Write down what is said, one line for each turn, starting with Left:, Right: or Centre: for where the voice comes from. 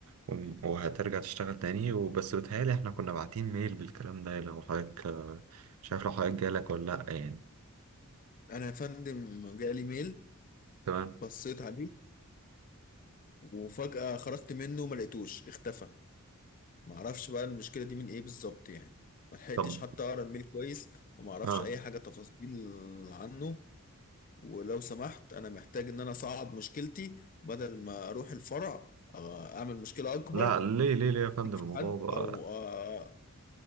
Right: وم- وهترجع تشتغل تاني وبس بتهيألي احنا كنا باعتين ميل بالكلام ده لو حضرتك آه، شايف لو حضرتك جالك ولا لأ يعني
Left: انا يا فندم جالي ميل
Right: تمام
Left: بصيت عليه وفجأة خرجت منه ما لقيتوش اختفى ما اعرفش بقى المشكله دي من ايه بالظبط يعني ما لحقتش
Right: طب
Left: حتى اقرا الميل كويس وما اعرفش
Right: اه
Left: اي حاجه تفاصيل عنه ولو سمحت انا محتاج ان انا اصعد مشكلتي بدل ما اروح الفرع آه، اعمل مشكله اكبر
Right: لا ليه ليه ليه يا فندم
Left: في
Right: الموضوع
Left: حد
Right: بقى
Left: او آه،